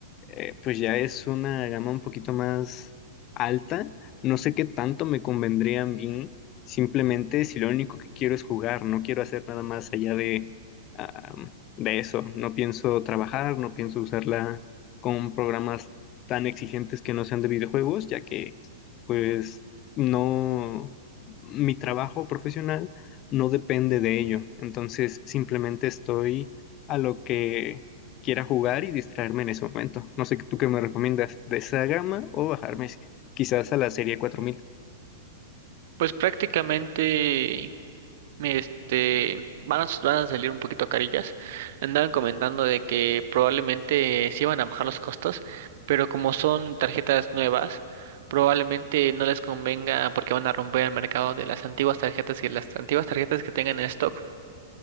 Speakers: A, on the left; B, on the right.
A: eh, pues ya es una gama un poquito más alta, no sé qué tanto me convendría a mí simplemente si lo único que quiero es jugar, no quiero hacer nada más allá de, ah, de eso, no pienso trabajar, no pienso usarla con programas tan exigentes que no sean de videojuegos, ya que pues no, mi trabajo profesional no depende de ello. Entonces simplemente estoy a lo que quiera jugar y distraerme en ese momento. No sé tú qué me recomiendas, de esa gama o bajarme quizás a la serie 4000.
B: pues prácticamente este van a, van a salir un poquito carillas. Andaban comentando de que probablemente sí van a bajar los costos, pero como son tarjetas nuevas Probablemente no les convenga porque van a romper el mercado de las antiguas tarjetas y las antiguas tarjetas que tengan en stock,